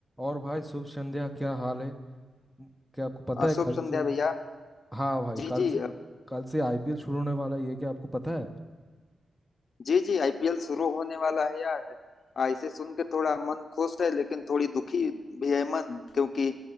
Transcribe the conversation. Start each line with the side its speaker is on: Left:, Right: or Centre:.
Centre: और भाई शुभ संध्या क्या हाल है म- क्या आपको पता
Left: अ,
Centre: है
Left: शुभ
Centre: कल
Left: संध्या
Centre: से
Left: भैया
Centre: हाँ भाई
Left: जी
Centre: कल
Left: जी
Centre: से
Left: अ,
Centre: कल से आईपीएल शुरू होने वाला है ये क्या आपको पता है
Left: जी जी आईपीएल शुरू होने वाला है यार आ, इसे सुन के थोड़ा मन खुश है लेकिन थोड़ी दुखी भी है मन क्योंकि